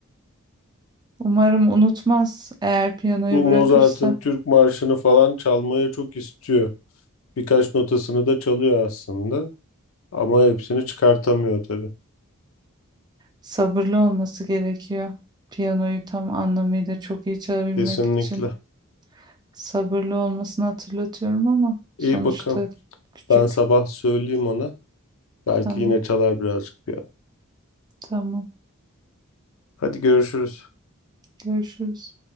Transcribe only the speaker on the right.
Umarım unutmaz eğer piyanoyu
bırakırsa
sabırlı olması gerekiyor. Piyanoyu tam anlamıyla çok iyi çalabilmek
için sabırlı olmasını hatırlatıyorum ama
sonuçta
küçük
Tamam,
tamam.
Görüşürüz.